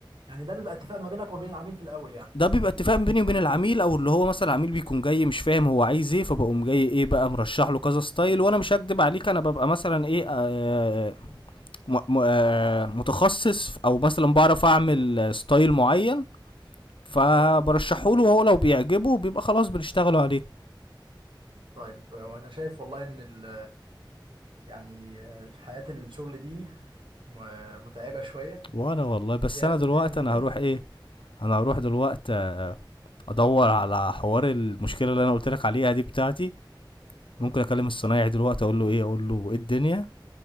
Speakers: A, on the right; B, on the left.
A: يعني ده بيبقى اتفاق ما بينك وبين العميل في الاول يعني
B: ده بيبقى اتفاق بيني وبين العميل او اللي هو مثلا العميل بيكون جاي مش فاهم هو عايز ايه فبقوم جاي ايه بقى مرشح له كذا ستايل وانا مش هكدب عليك انا ببقى مثلا ايه آه م- م- آه متخصص او مثلا بعرف اعمل ستايل معين فبرشحه
A: بالظبط
B: له وهو لو بيعجبه بيبقى خلاص بنشتغلوا عليه
A: طيب وانا شايف والله ان ال... يعني حياه الشغل دي م- متعبه شويه
B: وانا والله بس
A: يعني
B: انا دلوقتي
A: أيا
B: انا
A: كان.
B: هروح ايه انا هروح دلوقتي آه، ادور على حوار المشكله اللي انا قلت لك عليها دي بتاعتي
A: اوكي
B: ممكن اكلم الصنايعي دلوقتي اقول له ايه اقول له ايه الدنيا